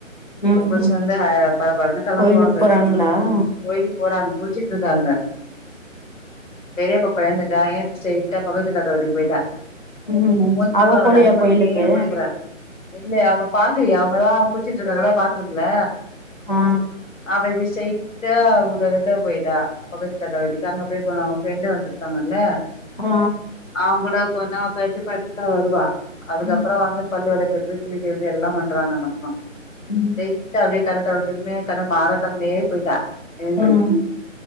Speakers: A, on the left; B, on the left.
A: ம்
B: குஸ்குஸ் வந்து படபடனு களம்புவாங்க
A: கோயிலுக்கு போறாங்களா
B: கோயில் போறான் குள்ச்சிட்டு இருக்காங்க பெரியைய பப்பா எழுந்துட்டா ஏன்ச்ச ஸ்டெய்ட்டா பக்கத்து வீட்டு அக்கா வீட்டுக்கு போயிட்டன்
A: ம்
B: தூங்க கூட
A: அவ
B: இல்ல
A: போலியா
B: கண்ண முடினே
A: கோயிலுக்கு
B: போயின்குறன் இல்ல அவ பாக்குலயே அவுங்கதான் குளிசிட்டு இருக்காங்கள பாத்துரும்ள
A: ஆ
B: அவ விஷேய் பஸ்டே அவ ஊர்ல விட்டு போயிட்டா பக்கத்து தாத்தா வீட்டுக்கு அங்க போய் போனா அவுங்க ஃப்ரெண்டு வந்துருக்காங்கல்ல
A: ஆ
B: அவங்க கூட கொஞ்சா நாள் கழித்து பார்த்து தான் வருவா அதுக்கப்புறோம்
A: ம்
B: வந்து பல் வளக்குறது துனி தொவைகிறது எல்லாம் பண்றாங்க அந்த அம்மா
A: ம்
B: ஸ்டேய்டா அப்டியே கண்ண தொறந்துக்குன்னே கண்ண மாறக் கண்ணாலேயே அப்டியே போயிட்டா எழும்பி
A: போனோ